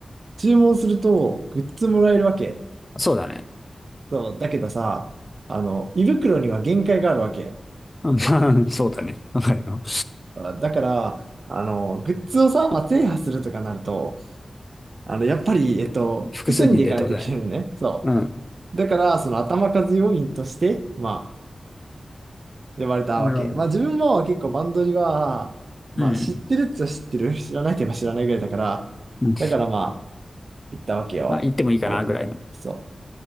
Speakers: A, on the right; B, on the left.
A: 注文するとグッズもらえるわけ。
B: そうだね。
A: そう、だけどさ、あの、胃袋には限界があるわけ。
B: うんまあ <laughs> そうだね。はいよ。
A: あだから、あの、グッズをさ、まあ、制覇するとかなると、あの、やっぱり、えっと、
B: 複数人でってことだね。
A: 複数人で行かないといけないのね。そ
B: うん。
A: う。だから、その頭数要員として、まあ、呼ばれたわけ。
B: なるほど。
A: まあ、自分も結構バンドリは、まあ、
B: うん。
A: 知ってるっちゃ知ってる。知らないといえば知らないぐらいだから、
B: うん。
A: だからまあ、行ったわけよ。
B: あ、行ってもいいかな、
A: このそ
B: ぐらいの。